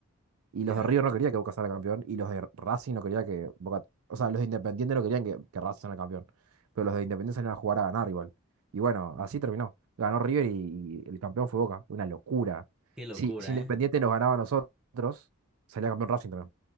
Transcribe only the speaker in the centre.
ya.
Qué locura,
¿eh?